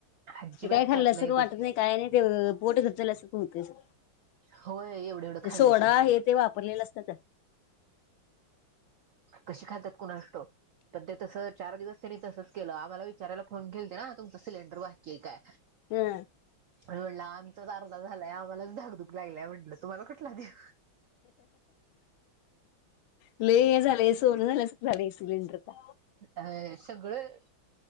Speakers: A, on the right; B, on the left.
A: अजिबात
B: काय खाल्लं
A: जात
B: असं वाटत
A: ते
B: नाही काय नाही ते पोट घ ट झाल्यासारखं हुतय असं.
A: होय एवढं एवढं
B: ते
A: खाल्लं
B: सोडा
A: की
B: हे ते वापरलेलं असत्यात.
A: कशी खातात कुणास ठाऊक पण ते तस चार दिवस त्यांनी तसंच केलं आम्हाला वि चारायला फोन केलते ना तुमचा सिलेंडर बाकीये काय,
B: ह
A: म्हणला आमचाच अर्धा झालाय आम्हालाच धाग दुग लागल्या म्हटलं तुम्हाला कुठला देऊ?
B: लय <unintelligible> लय सोनं झाल्यासारखं झालंय सिलेंडर आता.
A: अ सगळं